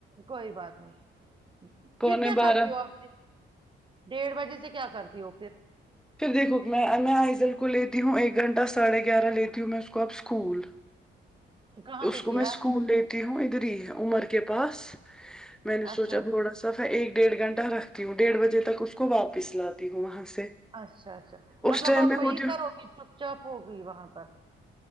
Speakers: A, on the right; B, in the centre.
A: کوئی بات نہیں
B: پونے
A: پھر کیا
B: بارہ
A: کرتی ہوں اب ڈیڑھ بجے سے کیا کرتی وہ پھر
B: پھر دیکھو میں میں آئزل کو لیتی ہوں ایک گھنٹہ ساڑھے گیارہ لیتی ہوں میں اس کو اب اسکول
A: کہاں
B: اس
A: پہ
B: کو
A: کیا
B: میں سکون دیتی ج ہ ادھر ہی ہے عمر کے پاس میں نے
A: اچھا
B: سوچا تھوڑا سا ایک ڈیڑھ گھنٹہ رکھتی ہوں ڈیڑھ بجے تک اس کو واپس لاتی ہوں وہاں سے
A: اچھا اچھا
B: اس
A: مطلب
B: ٹائم
A: آپ
B: میں
A: وہی
B: ہوتی ہوں
A: کرو گی چپ چاپ ہوگی وہاں پر